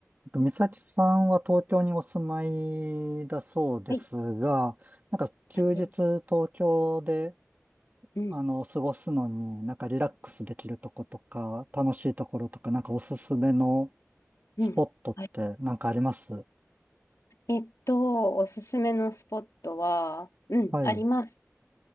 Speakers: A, on the right; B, on the left.
A: えっと美咲さんは東京にお住まいだそうですが、
B: はい。
A: なんか休日東京で、
B: はい。うん。
A: あの、過ごすのに、なんかリラックスできるとことか、楽しいところとか、なんかおすすめのスポットってなんかあります
B: うん。はい。えっと、おすすめのスポットは、うん、
A: はい、
B: あります。